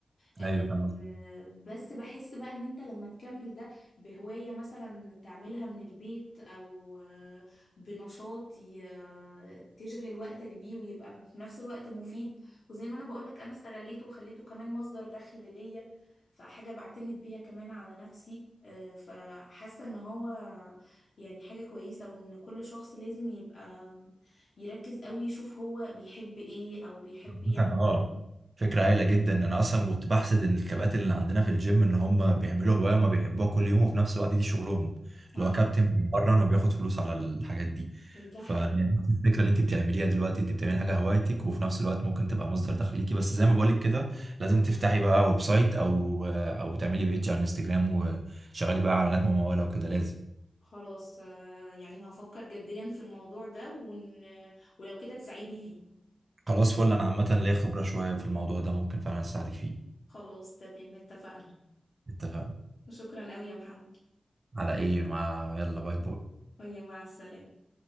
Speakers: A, on the left (about 65°); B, on the right (about 45°).
A: آه،
B: ايوه فاهم
A: آه، بس بحس بقى ان انت لما تكمل ده بهواية مثلا تعملها من البيت او آه، بنشاط ي- آه، تشغل وقتك بيه ويبقى في نفس الوقت مفيد وزي ما انا بقولك انا استغليته وخليته كمان مصدر دخل ليا فحاجة بعتمد بيها كمان على نفسي آه، فحاسة ان هو يعني حاجة كويسة وان كل شخص لازم يبقى يركز قوي يشوف هو بيحب ايه او بيحب
B: مثلا
A: يعمل
B: اه
A: إيه.
B: فكرة هايلة جدا انا اصلا كنت بحسد ان الكباتن اللي عندنا في الجيم ان هم بيعملوا هواية وما بيحبوها كل يوم وفي نفس الوقت دي شغلهم
A: اه
B: اللي هو كابتن بيمرن وبياخد فلوس على الحاجات دي
A: ده
B: فالفكرة
A: حقيقي
B: اللي انت بتعمليها دلوقتي انت بتعملي حاجة هوايتك وفي نفس الوقت ممكن تبقى مصدر دخل ليكي بس زي ما بقولك كده لازم تفتحي بقى ويب سايت او او تعملي بيج على الانستجرام وشغلي بقى اعلانات ممولة وكده لازم
A: خلاص آه، يعني هفكر جديا في الموضوع ده ون... ولو كده تساعدني فيه
B: خلاص فل انا عامة ليا خبرة شوية في الموضوع ده ممكن فعلا اساعدك فيه
A: خلاص تمام اتفقنا
B: اتفقنا
A: شكرا قوي يا محمد
B: على ايه مع يلا باي باي
A: ويا مع السلامة